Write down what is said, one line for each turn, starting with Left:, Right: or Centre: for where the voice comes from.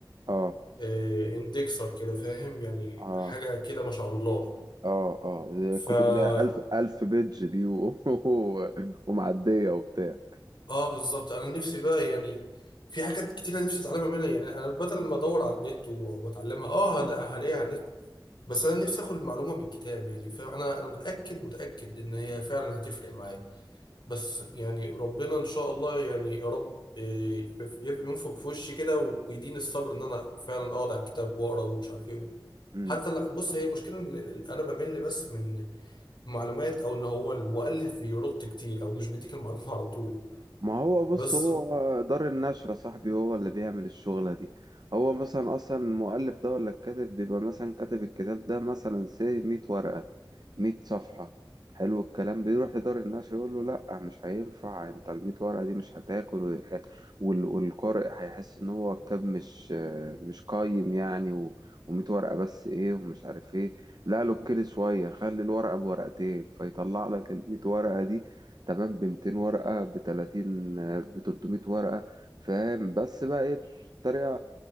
Right: اه
Left: آه اندكسر كده فاهم يعني
Right: اه
Left: حاجه كده ما شاء الله
Right: اه اه دي
Left: فا
Right: الكتب اللي هي ألف ألف بيدج دي و... <laughs> ومعدية وبتاع
Left: اه بالظبط انا نفسي بقى يعني في حاجات كتير انا نفسي اتعلمها منها يعني انا بدل ما ادور على النت و- واتعلمها اه هل- هلاقيها على النت بس انا نفسي اخد المعلومه من الكتاب يعني فاهم انا انا متاكد متاكد ان هي فعلا هتفرق معايا بس يعني ربنا ان شاء الله يعني يا رب إيه، يف- ينفخ في وشي كده ويديني الصبر ان انا فعلا اقعد على الكتاب واقرا ومش عارف ايه
Right: مم.
Left: حتى لا بص هي المشكله إن ال- ال- انا بمل بس من معلومات او ان هو المؤلف بيرد كتير او مش بيديك المعلومه على طول
Right: ما هو بص
Left: بس
Right: هو دار النشر يا صاحبي هو اللي بيعمل الشغلة دي هو مثلا أصلا المؤلف ده ولا الكاتب بيبقى مثلا كاتب الكتاب ده مثلا سي مية ورقة مية صفحة حلو الكلام بيروح لدار النشر يقول له لأ مش هينفع انت المية ورقة دي مش هتاكل وه- وال- والقارئ هيحس إن هو كتاب مش مش قايم يعني و- ومية ورقة بس إيه ومش عارف إيه لا له كل شوية خلي الورقة بورقتين فيطلع لك المية ورقة دي تمام ب 200 ورقة ب 30 ب 300 ورقة فاهم بس بقى ايه بطريقة